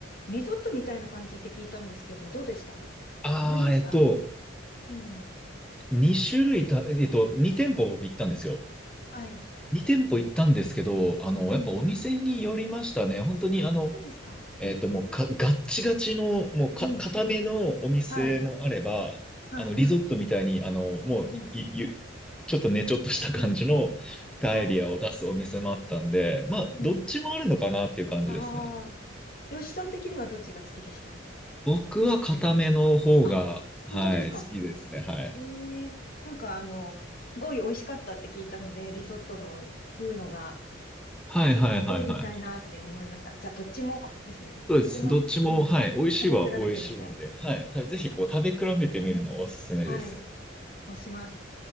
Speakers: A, on the left; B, in the centre.
A: リゾットみたいな感じって聞いたんですけど、どうでした
B: ああ、
A: 食べました
B: えっと、
A: うん。
B: 2種類た、えっと、2店舗僕行ったんですよ。
A: はい。
B: 2店舗行ったんですけど、あの、
A: うん。
B: やっぱお店によりましたね。本当にあの、
A: あ、そうですか。
B: えっと、
A: うん。
B: もうか、ガッチガチの、もうか、
A: うん。
B: 固めのお店もあれば、
A: はい。はい。
B: あの、リゾットみたいに、あの、もう、
A: うん。うん。
B: い、ゆちょっとね、ちょっとした感じのパエリアを出すお店もあったんで、
A: うん。はい。
B: まあ、
A: うん。
B: どっちもあるのかなっていう感じですね。
A: ああ。吉さん的にはどっちが好きでした
B: 僕は固めの方が、
A: あ、
B: はい、
A: 本当ですか
B: 好きですね。はい。
A: ええなんかあの、すごい美味しかったって聞いたので、リゾットの風のが、
B: はいはいはいはい。
A: ちょっと食べてみたいなって思いました。じゃあ、どっちもですね。
B: そうです。
A: どっちも、
B: どっちも、
A: うん、
B: はい、美味しいは美味しいんで、
A: 食べ比べてみたい。
B: はい、たぜひこう食べ比べてみるのをおすすめです。
A: ね。はい。そうします。